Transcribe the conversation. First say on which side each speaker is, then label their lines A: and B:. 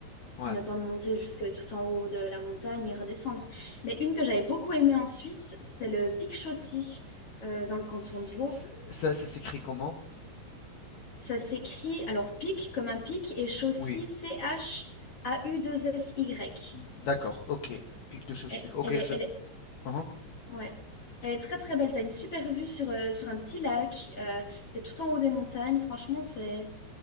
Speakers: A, on the left; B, on the left.
A: ouais.
B: Le temps de monter jusque tout en haut de la montagne et redescendre. Mais une que j'avais beaucoup aimée en Suisse, c'est le pic Chaussy, euh, dans le canton
A: C-
B: de Vaud.
A: c- Ça, ça s'écrit comment?
B: Ça s'écrit, alors pic comme un pic, et Chaussy,
A: Oui,
B: C-H-A-U-2-S-Y.
A: d'accord, ok. Pic de chaussures.
B: Elle,
A: Ok,
B: elle est-
A: je.
B: elle est
A: uh-huh.
B: Ouais. Elle est très très belle. T'as une super vue sur, euh, sur un petit lac. Euh, t'es tout en haut des montagnes. Franchement, c'est